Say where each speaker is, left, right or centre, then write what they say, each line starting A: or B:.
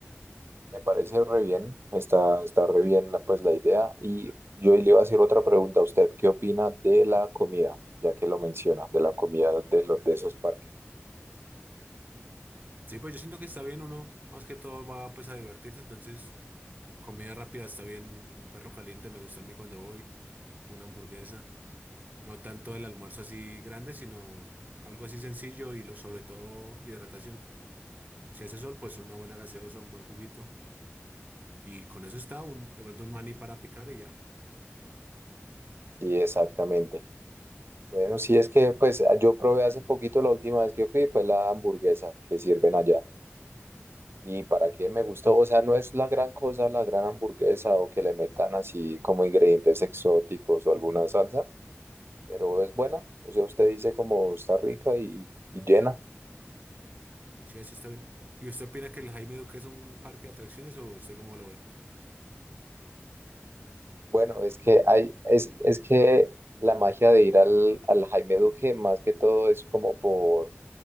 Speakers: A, on the right; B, on the right.
A: Me parece re bien, está, está re bien la- pues la idea. Y yo le iba a hacer otra pregunta a usted, ¿qué opina de la comida? Ya que lo menciona, de la comida de los de esos parques.
B: Sí, pues yo siento que está bien uno, más que todo va pues a divertirse, entonces comida rápida está bien, un perro caliente me gusta a mí cuando voy, una hamburguesa, no tanto el almuerzo así grande, sino algo así sencillo y lo- sobre todo hidratación. Si hace sol, pues una buena gaseosa, un buen juguito y con eso está un, de pronto un maní para picar y ya.
A: Sí, exactamente. Bueno, sí es que pues yo probé hace poquito la última vez que fui, fue la hamburguesa que sirven allá. Y para qué me gustó, o sea, no es la gran cosa la gran hamburguesa o que le metan así como ingredientes exóticos o alguna salsa, pero es buena. O sea, usted dice como está rica y y llena.
B: Sí, así está bien. ¿Y usted opina que el Jaime Duque es un parque de atracciones o usted cómo lo ve?
A: Bueno, es que hay, es, es que la magia de ir al, al Jaime Duque, más que todo, es como por